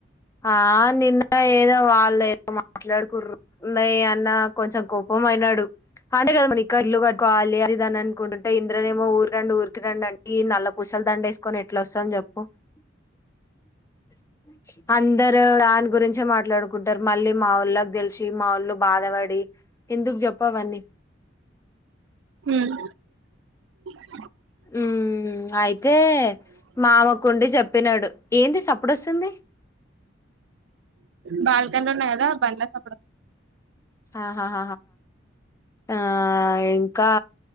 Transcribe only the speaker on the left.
ఆహ్ నిన్న ఏదో వాళ్లు ఏ మాట్లాడుకుర్రు ఉన్నా అన్న కొంచెం కోపం అయినాడు అంటే కదా మళ్ళి ఇల్లు కట్టుకోవాలి అది ఇది అనుకుంటుంటే ఇంద్రనేమో ఊరు రండి ఊరికి రండి అ నల్ల పుసల దండ ఏసుకొని ఎట్లా వస్తా చెప్పు <unintelligible> అందరు దాని గురించి గా మాట్లాడుకుంటారు మళ్ళీ మా వాళ్ళకి తెలిసి మా వాళ్ళు బాధపడి ఎందుకు చెప్ప అవన్నీ
ఉ అయితే మామకుండి చెప్పినాడు ఏంది సప్పుడొస్తుంది
ఆహహ ఆ ఇంకా